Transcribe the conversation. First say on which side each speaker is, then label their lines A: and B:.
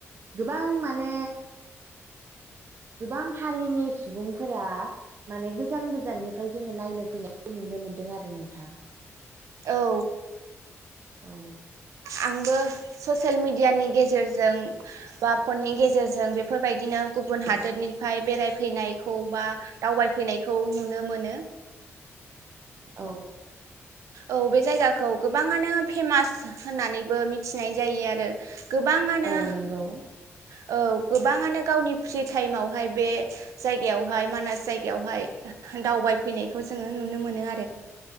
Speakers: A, on the right; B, on the right.
A: गोबां माने गोबां हारिनि सुबुंफोरा माने गोजान गोजाननिफ्राय जोङो नायनो फैनायखौ नुनो मोनदों आरो नोंथां
B: औ
A: औ
B: आंबो ससियेल मिडियानि गेजेरजों बा फननि गेजेरजों बेफोरबायदिनो गुबुन हादोरनिफ्राय बेरायफैनायखौ बा दावबायफैनायखौ नुनो मोनो
A: औ
B: औ बे जायगाखौ गोबाङानो फेमास होननानैबो मिथिनाय जायो आरो गोबाङानो
A: औ
B: औ
A: नंगौ
B: गोबाङानो गावनि फ्रि टाइमावहाय बे जायगायावहाय मानास जायगायावहाय दावबायफैनायखौ जोङो नुनो मोनो आरो